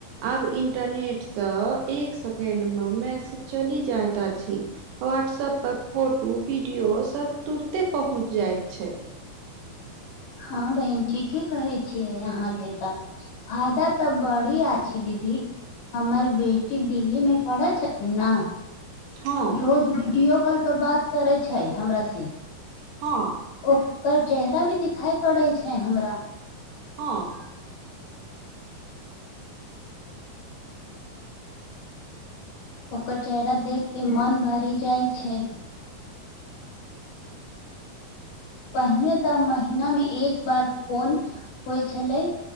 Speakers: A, on the right (about 75°); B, on the left (about 70°).
A: आब इंटरनेटसँ एक सेकेंडमे मैसेज चलि जाइत छै। व्हाट्सऐप पर फोटो वीडियो सभ तुरते पहुँचि जाइत छै।
B: हँ बहिन, ठीके कहै छियै अहाँकेँ तऽ। फायदा तऽ बड़िए छै, दीदी। हमर बेटी दिल्लीमे पढ़ै छथिन ने।
A: हँ
B: रोज वीडियो कॉल पर बात करै छै हमरासँ।
A: हँ
B: ओकर चेहरा भी दिखाई पड़ै छै हमरा।
A: हँ
B: ओकर चेहरा देखि कऽ मोन भरि जाइत छै।
A: <inaudible>
B: पहिने तऽ महिनामे एक बेर फोन होइत छलै।